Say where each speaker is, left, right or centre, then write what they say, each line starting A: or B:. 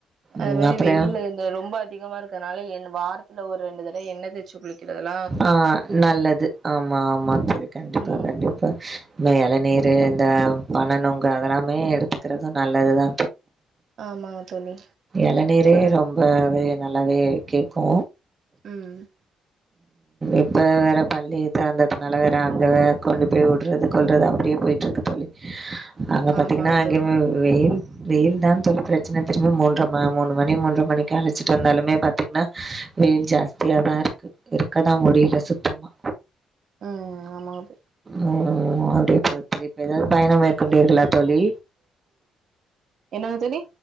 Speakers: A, on the right; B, on the right.
A: அது
B: ம்
A: மாரி
B: அப்றோ
A: வெயில்லு இந்த ரொம்ப அதிகமா இருக்கனால என் வாரத்துல ஒரு ரெண்டு தடவ எண்ணெ தேய்ச் சு குளிக்கல எல்லா
B: ஆ நல்லது ஆமா ஆமா தோழி கண்டிப்பா
A: ம்
B: கண்டிப்பா இளநீரு இந்த பன நுங்கு அதெல்லாமே எடுத்துக்கறது நல்லது தா
A: ஆமாங்க தோழி
B: எளநீரே ரொம்பவே நல்லாவே கேக்கு
A: ம்
B: இப்போ வேறு பள்ளி தெறந்ததுனால வேறு அங்க வே கொண்டு போய் விடுறது கொல்றது அப்படியே போயட்டுருக்கு தோழி
A: <inaudible>
B: அங்க பாத்தீங்கன்னா
A: ஆமாங்க
B: அங்கயமே
A: தோழி
B: வெயில் வெயில் தா தோழி பிரச்சனை திருமே மூன்ற ம மூணு மணி மூ மணிக்கு அழைச்சிட்டு வந்தாலுமே பா பத்தீங்கன்னா வெயில் ஜாஸ்தியாதா இருக்கு இருக்கதா முடியல சுத்தமா
A: ம் ஆமாங்கப்ப
B: ம் அப்படியே போ தெ இப்ப ஏதாவது பயணம் மேற்கொண்டிர்களா தோழி
A: என்னாங்க தோழி